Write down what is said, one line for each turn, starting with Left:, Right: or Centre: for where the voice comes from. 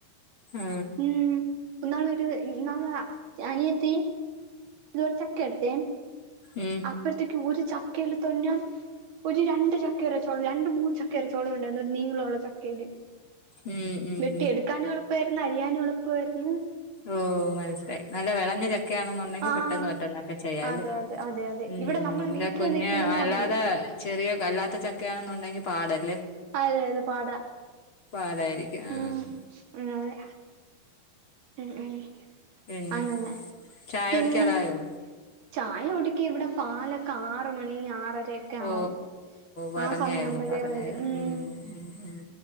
Left: ഉം
Right: ഉം ഇന്നാളൊരു ഇ ഇന്നാള് അനിയത്തി ഇതുപോലെ ചക്ക എടുത്തേ
Left: ഉം
Right: അപ്പഴ്ത്തേക്ക് ഒരു ചക്കയല്ല തിന്ന ഒരു രണ്ട് ചക്കയുടെ ചൊള രണ്ടു മൂന്ന് ചക്കയുടെ ചൊള ഉണ്ടായിര്ന്നു ഒരു നീളഉള്ള ചക്കയില്
Left: ഉം ഉം
Right: വെട്ടി
Left: ഉം
Right: എടുക്കാനും എളുപ്പേയിര്ന്ന് അരിയാനും എളുപ്പേയിര്ന്ന്
Left: ഓഹ് മനസ്സിലായി നല്ല വെളഞ്ഞ ച ക്കയാണെന്നുണ്ടെങ്കി
Right: ആഹ്
Left: പെട്ടെന്ന് പെട്ടെന്നൊക്കെ ചെയ്യാല്ലേ
Right: അതെ അതെ അതെ അതെ
Left: ഉം
Right: ഇവിടെ നമ്മളെ
Left: ഇന്റെ
Right: വീട്ടില്
Left: കുഞ്ഞ്
Right: നിക്കണതും
Left: അല്ലാതെ
Right: അങ്ങനെ
Left: ചെറിയ ക അല്ലാത്ത ചക്കയാണെന്നുണ്ടെങ്കി പാടല്ലേ
Right: അതെ അതെ പാടാ
Left: പാടായിരിക്കും ആഹ്
Right: ഉം അതെ ഉം ഉം
Left: പിന്നെ
Right: അങ്ങനെ
Left: ചായ
Right: പിന്നെ
Left: കുടിക്കാറായോ
Right: ചായ കുടിക്കി ഇവിടെ പാലൊക്കെ ആറ് മണി ആറരെ ക്കെ
Left: ഓ
Right: ആവും
Left: പറഞ്ഞായിരുന്നു
Right: ആ സമയ ആവുമ്പഴേ
Left: പറഞ്ഞായിരുന്നു
Right: വരും ഉം
Left: ഉം ഉം